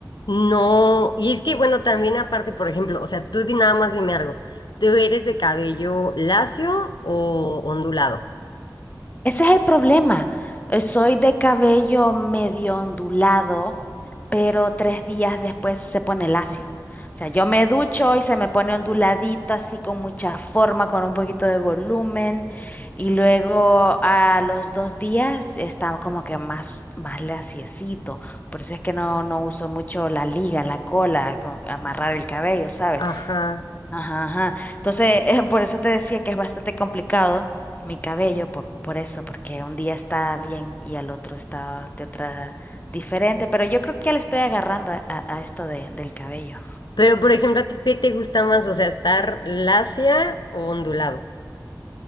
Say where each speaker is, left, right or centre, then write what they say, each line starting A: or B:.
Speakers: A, on the left (about 85°); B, on the left (about 20°).
A: No, y es que bueno, también aparte, por ejemplo, o sea, tú di- nada más dime algo. ¿Tú eres de cabello lacio o ondulado?
B: Ese es el problema. Eh, Soy de cabello medio ondulado, pero tres días después se pone lacio. O sea, yo me ducho y se me pone onduladito, así con mucha forma, con un poquito de volumen. Y luego a los dos días está como que más, más laciecito. Por eso es que no, no uso mucho la liga, la cola, con- amarrar el cabello, ¿sabes?
A: Ajá.
B: Ajá, ajá. Entonces, eh, por eso te decía que es bastante complicado mi cabello, por, por eso, porque un día está bien y al otro está de otra diferente, pero yo creo que ya le estoy agarrando a, a- a esto de- del cabello.
A: Pero por ejemplo, ¿a ti qué te gusta más? O sea, ¿estar lacia o ondulado?